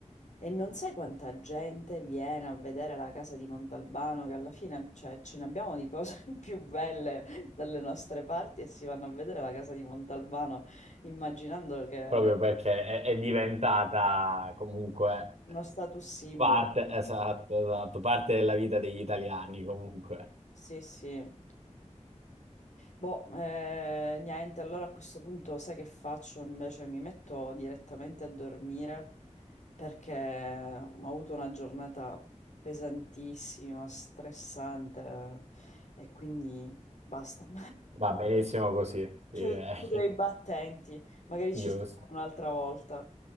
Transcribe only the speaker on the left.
E non sai quanta gente viene a vedere la casa di Montalbano, che alla fine, cioè, ce ne abbiamo di cose <laughs> più belle dalle nostre parti e si vanno a vedere la casa di Montalbano immaginando che
è
uno status symbol.
Sì, sì. Boh, eh, niente, allora a questo punto sai che faccio? Invece mi metto direttamente a dormire perché ho avuto una giornata pesantissima, stressante e quindi basta.
<laughs>
Chiudo, chiudo i battenti,
magari ci
sentiamo un'altra volta.